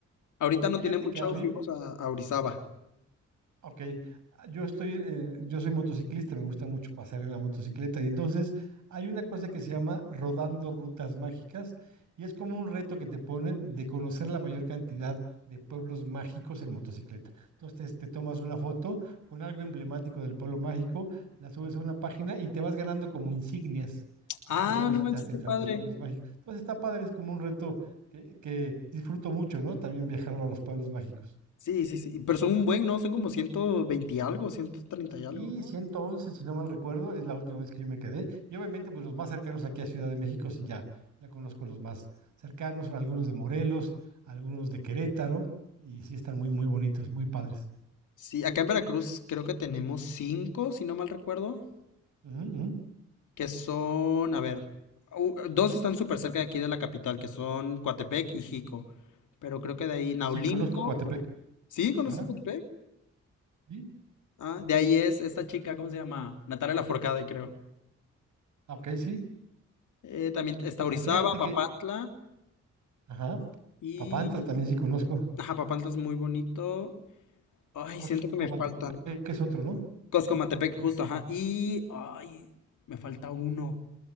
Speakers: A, on the left; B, on the right.
A: Ahorita no
B: Fíjate
A: tiene mucho,
B: que a mí,
A: fuimos a, a Orizaba.
B: Ok, ah, yo estoy, eh, yo soy motociclista, me gusta mucho pasear en la motocicleta y entonces hay una cosa que se llama rodando rutas mágicas y es como un reto que te ponen de conocer la mayor cantidad de pueblos mágicos en motocicleta. Entonces te, tomas una foto con algo emblemático del pueblo mágico, la subes a una página y te vas ganando como insignias de
A: Ah,
B: que ya visitaste
A: no manches, qué
B: tantos
A: padre.
B: pueblos mágicos. Entonces está padre, es como un reto que, que disfruto mucho, ¿no? También viajar a los pueblos mágicos.
A: Sí, sí, sí. Pero son un buen, ¿no? Son como 120 y algo, 130 y
B: Y
A: algo.
B: 111 si no mal recuerdo, es la última vez que yo me quedé. Y obviamente, pues los más cercanos aquí a Ciudad de México, sí, ya, ya conozco los más cercanos, algunos de Morelos, algunos de Querétaro, y sí están muy, muy bonitos, muy padres.
A: Sí, acá en Veracruz creo que tenemos cinco, si no mal recuerdo.
B: Ujú, ujú.
A: que son, a ver, u- dos están súper cerca de aquí de la capital, que son Coatepec y Jico. Pero creo que de ahí Naulinco.
B: Sí, conozco Coatepec.
A: ¿Sí? ¿Conoces
B: Ajá,
A: Coatepec?
B: sí.
A: Ah, de ahí es esta chica, ¿cómo se llama? Natalia Lafourcade, creo.
B: Ah, Ok, sí.
A: Eh, también está Orizaba,
B: Fíjate
A: Papantla
B: que, ajá,
A: y...
B: Papantla también sí conozco.
A: Ajá, Papantla es muy bonito. Ay,
B: Cos-
A: siento que
B: Comatepec,
A: me faltan.
B: que es otro, ¿no?
A: Coscomatepec, justo, ajá. Y... Ay, me falta uno.